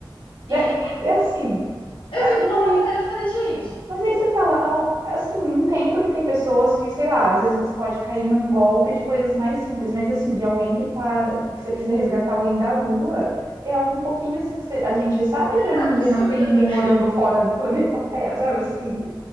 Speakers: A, on the left; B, on the right.
A: E
B: É, é assim,
A: eu
B: é,
A: vi numa
B: mas aí
A: matéria e falei, gente,
B: Mas aí você fala, ah, assim, entendo que tem pessoas que, sei lá, às vezes você pode cair num golpe de coisas mais simples, mas assim, de alguém que tá, que você precisa resgatar alguém da Lua, é algo um pouquinho assim que você- a gente sabe que hoje
A: é
B: em
A: absurdo,
B: dia não tem ninguém
A: né?
B: morando fora do planeta Terra, sabe? Assim,